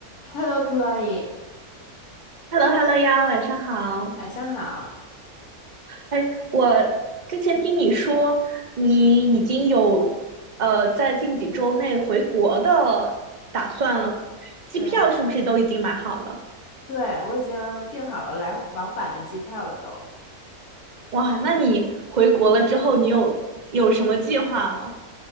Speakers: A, on the left; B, on the right.
A: Hello, Chloe，Hello，
B: h e l l o h e l l o 呀，晚上好。
A: 晚上好。
B: 哎，我之前听你说你已经有呃在近几周内回国的打算了，机票是不是都已经买好了？
A: 对对，我已经订好了来往返的机票了都。
B: 哇，那你回国了之后，你有有什么计划吗？